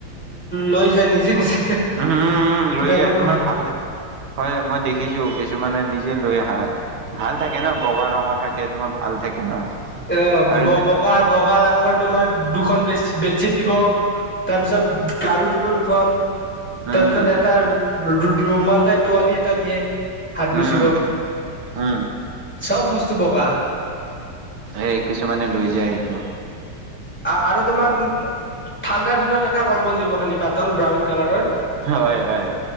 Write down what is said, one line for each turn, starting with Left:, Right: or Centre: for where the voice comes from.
Centre: লৈ যায় নিজে নিজে।
Right: উম, উম লৈ
Centre: বেগত
Right: যায় তোমাৰ ভাল দে হয়, মই দেখিছোঁ, কিছুমানে নিজে লৈ আহা। ভাল থাকে ন? বগা ৰঙৰ থাকে, তোমাৰ ভাল থাকে। <unintelligible>
Centre: অ',
Right: আৰু
Centre: বগা- বগা ৰঙৰ তোমাৰ দুখন বে-বেডশিট দিব, তাৰপিছত গাৰু দিব দুখন।
Right: উম
Centre: তাৰপিছত এটা ৰুমাল টাইপ টোৱালি। দিয়ে, হাত
Right: উম
Centre: মুচিব,
Right: উম
Centre: চব বস্তু বগা।
Right: সেই কিছুমানে লৈ যায় সেইটো।
Centre: অ', আৰু তোমাৰ ঠাণ্ডাৰ দিনত এটা কম্বল দিব খালি পাতল ব্ৰাউন কালাৰৰ।
Right: হয় হয়